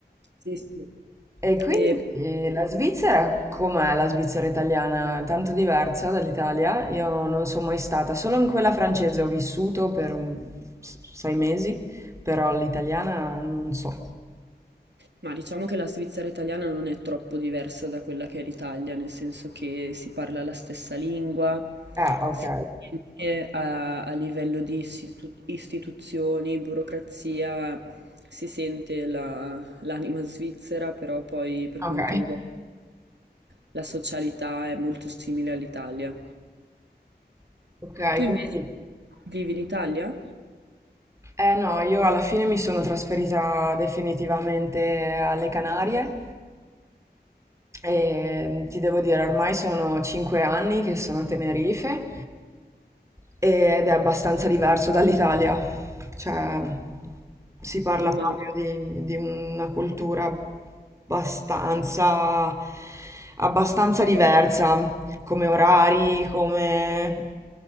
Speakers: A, on the right (about 85°); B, on the right (about 15°).
A: Sì, sì.
B: E quindi
A: E-
B: eh, la Svizzera, com'è la Svizzera italiana? Tanto diversa dall'Italia? Io non sono mai stata, solo in quella francese ho vissuto per un- s- sei mesi, però l'italiana non so.
A: ma diciamo che la Svizzera italiana non è troppo diversa da quella che è l'Italia, nel senso che si parla la stessa lingua,
B: Ah, ok,
A: sicuramente a, a livello di istitu- istituzioni, burocrazia, si sente la- l'anima svizzera, però poi per
B: ok,
A: quanto riguarda la socialità è molto simile all'Italia.
B: <laughs> ok,
A: Tu invece
B: quindi...
A: vivi in Italia?
B: Eh no, io alla fine mi sono trasferita definitivamente alle Canarie e mm, ti devo dire, ormai sono cinque anni che sono a Tenerife ed è abbastanza diverso dall'Italia, cioè si parla
A: Immagino.
B: proprio di, di una cultura abbastanza, abbastanza diversa come orari, come